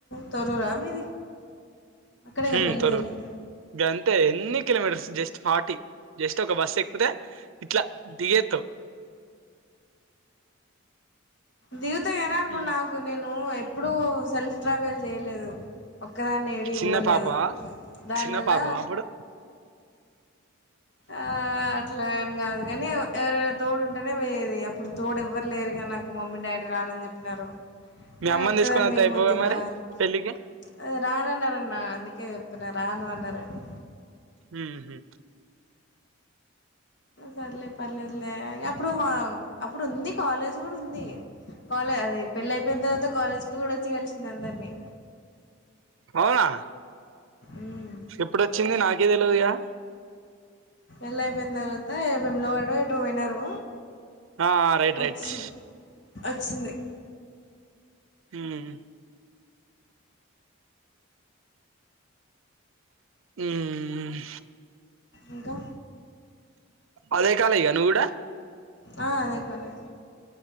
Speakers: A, on the left (about 55°); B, on the right (about 70°).
A: తొర్రూర మీది అక్కడేగా
B: హ్మ్.
A: పెళ్ళి
B: తొర్రూరు.
A: జరిగింది
B: గంతే ఎన్ని కిలోమీటర్స్ జస్ట్ ఫార్టీ జస్ట్ ఒక బస్సు ఎక్కితే ఇట్లా దిగేత్తవు
A: దిగుత కానీ అప్పుడు
B: హ్మ్.
A: నాకు నేను ఎప్పుడూ సెల్ఫ్ ట్రావెల్ చేయలేదు ఒక్కదాన్ని ఏడికి
B: చిన్న
A: పోలేదు
B: పాప,
A: దానివల్ల
B: చిన్న పాపవా అప్పుడు?
A: ఆ అట్లా అని కాదు కాని ఎవరైనా తోడుంటేనే పోయేది అప్పుడు తోడు ఎవ్వర్లేరు మమ్మీ డాడీ రానని చెప్పినారు
B: మీ అమ్మని
A: ఒక్కదానివీ
B: తీసుకొనొత్తే
A: ఏము
B: అయిపోవుగా
A: వద్దు ఇంగా
B: మరి
A: అని
B: పెళ్ళికి.
A: అది రాను అన్నారన్న అందుకే చెప్తున్న రాను అన్నారని
B: హ
A: సర్లే పర్లేదులే అప్పుడు అప్పుడు ఉంది కాలేజ్ కూడా ఉంది కాలేజ్ అదే పెళ్ళియిపోయిన తర్వాత కాలేజ్ కి కూడా వచ్చి కలిసింది అందరినీ
B: అవునా
A: ఉమ్
B: ఇప్పుడొచ్చింది నాకే తెలవదిగా
A: పెళ్లి అయిపోయిన తర్వాత వేములవాడో ఎటో పోయినారు
B: ఆ రైట్
A: వచ్చింది
B: రైట్
A: వచ్చింది
B: హ్మ్ హ్మ్
A: ఇంకా
B: అదే కాలేజ్ ఆ నువ్వు గూడా
A: ఆ అదే కాలేజ్